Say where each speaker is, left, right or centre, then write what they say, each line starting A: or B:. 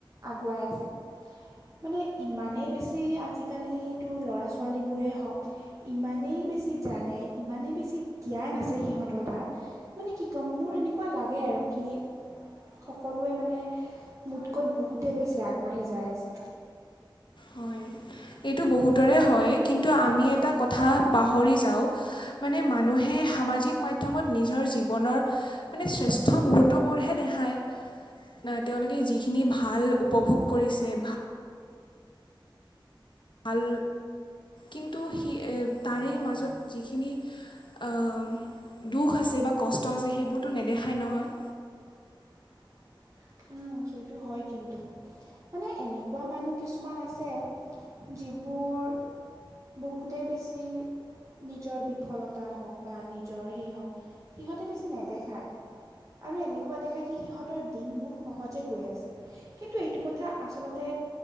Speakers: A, on the right; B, on the left.
A: আগুৱাই আছে। মানে ইমানেই বেছি আজিকালি ল'ৰা ছোৱালীবোৰেই হওক ইমানেই বেছি। জানে ইমানেই বেছি জ্ঞান আছে সিহঁতৰ তাত মানে কি ক'ম মোৰ এনেকুৱা লাগে আৰু কি? সকলোৱে মানে মোতকৈ বহুতেই বেছি আগবাঢ়ি যায় আছে।
B: হয় এইটো বহুতৰে হয় কিন্তু আমি এটা কথা পাহৰি যাওঁ মানে মানুহে। সামাজিক মাধ্যমত নিজৰ জীৱনৰ মানে শ্ৰেষ্ঠ মুহূৰ্তবোৰহে দেখায়। না তেওঁলোকে যিখিনি ভাল উপভোগ কৰিছে ভাল ভাল কিন্তু সি তাৰে মাজত যিখিনি আহ দুখ আছে বা কষ্ট আছে সেইবোৰতো নেদেখাই নহয়
A: <unintelligible> সেইটো হয় কিন্তু মানে এনেকুৱা মানুহ কিছুমান আছে যিবোৰ বহুতেই বেছি নিজৰ বিফলতা হওক বা নিজৰ সেই হওক সিহঁতে বেছি নেদেখায় আৰু এনেকুৱা দেখা কি সিহঁতৰ দিনবোৰ সহজে গৈ আছে কিন্তু এইটো কথা আচলতে